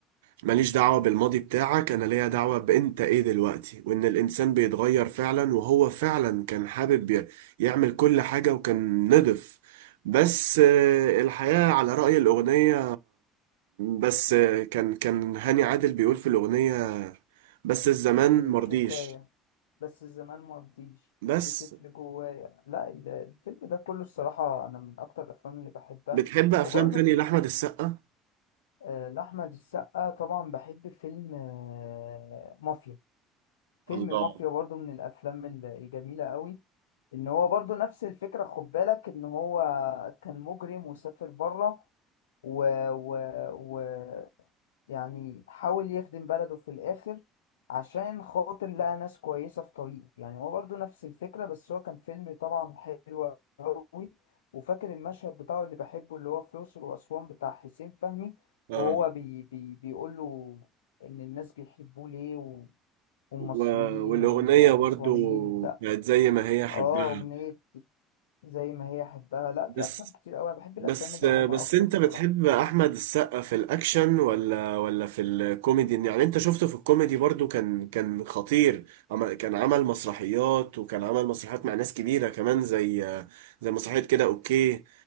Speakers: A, on the right; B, on the left.
A: ماليش دعوة بالماضي بتاعك انا ليا دعوة بانت ايه دلوقتي وان الانسان بيتغير فعلا وهو فعلا كان حابب ي- يعمل كل حاجة وكان نضف بس آه، الحياة على رأي الأغنية بس آه، كان كان هاني عادل بيقول في الأغنية بس الزمان
B: الحكاية
A: مرضيش
B: بس الزمان ما رضيش
A: بس
B: بتفل جوايا لا ال- الفيلم ده كله الصراحة انا من اكتر الافلام اللي بحبها
A: بتحب أفلام
B: وبرضه
A: تانية
B: في
A: لأحمد السقا؟
B: آه، لأحمد السقا طبعا بحب فيلم آه، مافيا فيلم
A: الله
B: مافيا برضو من الافلام ال- الجميله قوي ان هو برضو نفس الفكره خد بالك ان هو كان مجرم وسافر بره و... و... و يعني حاول يخدم بلده في الاخر عشان خاطر لقى ناس كويسه في طريقه يعني هو برضو نفس الفكره بس هو كان فيلم طبعا حلو قوي وفاكر المشهد بتاعه اللي بحبه اللي هو في الأقصر وأسوان بتاع حسين فهمي
A: آه.
B: وهو بي... بي... بيقول له ان الناس بيحبوه ليه والمصريين
A: و- والأغنية
B: والأسوانيين
A: برضو
B: لا
A: بقت زي ما هي حبها
B: اه أغنية زي ما هي أحبها لا
A: بس
B: في أفلام كتير أوي أنا بحب
A: بس
B: الأفلام القديمة
A: بس
B: أكتر
A: انت
B: الصراحة
A: بتحب احمد السقا في الاكشن ولا ولا في الكوميدي يعني انت شفته في الكوميدي برضو كان كان خطير عم- كان عمل مسرحيات وكان عمل مسرحيات مع ناس كبيرة كمان زي زي مسرحية كده اوكي